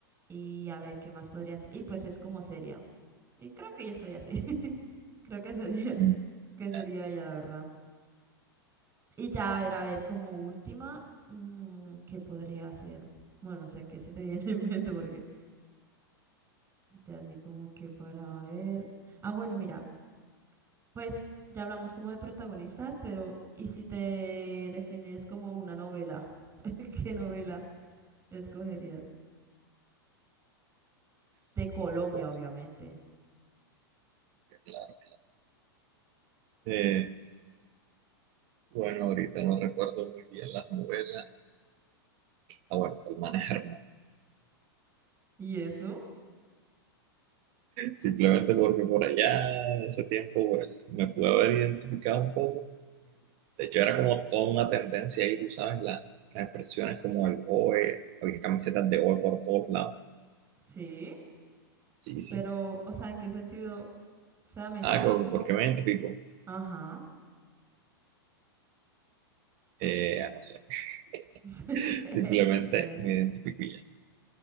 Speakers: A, on the right; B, on the right.
A: Y a ver qué más podría hacer. Y pues es como seria. Y creo que yo soy así. <laughs> Creo que sería,
B: Mm,
A: que sería
B: ya,
A: ella, la verdad. Y ya, a ver, a ver, como última, mm, ¿qué podría hacer? Bueno, no sé qué se te <laughs> viene en mente porque ya así como que para ver. Ah, bueno, mira, pues ya hablamos como de protagonistas, pero ¿y si te defines como una novela? <laughs> ¿Qué novela escogerías? De Colombia,
B: joder,
A: obviamente.
B: qué claro. Eh, bueno, ahorita no recuerdo muy bien las novelas. Ah, bueno, El Man es Hermano.
A: ¿Y eso?
B: Simplemente porque por allá, en ese tiempo, pues me pude haber identificado un poco De hecho, era como toda una tendencia ahí, tú sabes, las, las expresiones como el OE, había camisetas de OE por todos lados.
A: Sí,
B: Sí, sí.
A: pero, o sea, ¿en qué sentido? O sea, me dice
B: Ah,
A: solo
B: como,
A: como,
B: ¿por qué me identifico?
A: ajá,
B: Eh, no sé.
A: <laughs>
B: <laughs> Simplemente
A: ¿en serio?
B: me identifico y ya.